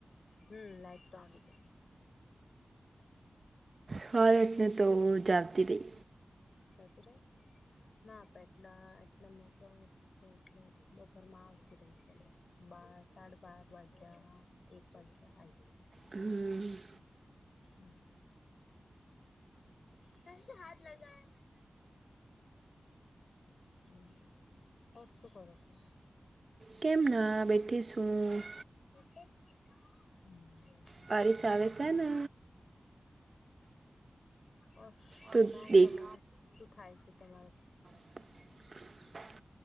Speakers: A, on the left (about 75°); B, on the right (about 50°).
A: હમ લાઈટ તો આવી ગઈ.
B: હારે ત્યાં તો જાગતીતી.
A: <unintelligible> ના આપે એટલા એટલે મકે એટલે બપોરમાં આવતી રહીશ એ બાર સાડા બાર વાગ્યા એક વાગ્યા આઇ
B: હમ
A: હમ કેસે હાથ લગાયા? હમમ ઓર શું કરો તમે?
B: કેમ ના બેઠીસું.
A: ઠીક છે. હમ <unintelligible>
B: બારિશ આવે શે ને?
A: ઔર
B: તો
A: સુનાવ
B: દેખ
A: તમને શું થાય છે તમારે?
B: <inaudible>